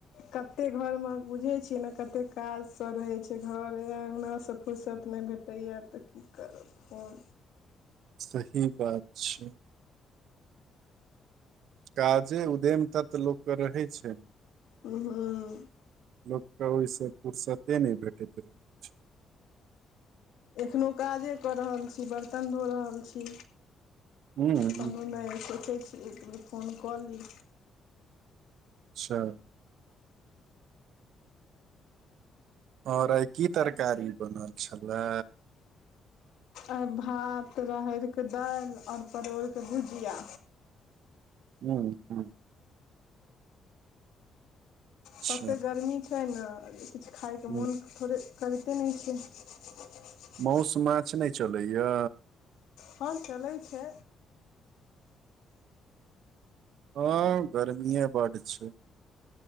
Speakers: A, on the left; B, on the right.
A: कतेक घरमे बुझैत छियै ने कतेक काजसँ रहैत छै घर अङ्गनासँ फुर्सत नहि भेटैए तऽ की करब फोन
B: सही बात छै काजे उदम तक तऽ लोकके रहै छै
A: हूँ
B: लोकके ओहिसँ फुर्सते नहि भेटे ठ <unintelligible>
A: एखनहु काजे कऽ रहल छी बरतन धो रहल छी
B: हूँ
A: कहु नय सोचै छि <unintelligible> एक बेेर फोन कऽ ली
B: अच्छा आओर आइ की तरकारी बनल छलए
A: आइ भात राहरिकऽ दालि आओर परोड़के भुजिया
B: ह्म ह अच्छा
A: तते गर्मी छै छैना किछु खाइके
B: हूँ
A: मोनके थोड़े करिते नहि छय
B: मौस माछ नय चलैए
A: हँ चलै छै
B: हँ गर्मीए बड्ड छै